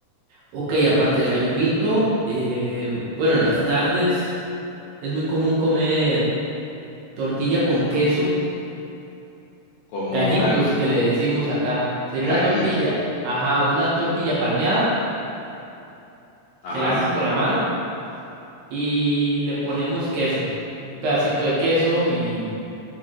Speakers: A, on the right; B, on the left.
A: Ok, aparte del gallo pinto, eh, bueno, en las tardes es muy común comer tortilla con queso,
B: como
A: gallitos
B: una
A: que le decimos acá. Sería
B: gallito.
A: una tortilla, ajá, una tortilla palmeada
B: Ajá.
A: que la haces con la mano y le ponemos queso, un pedacito de queso y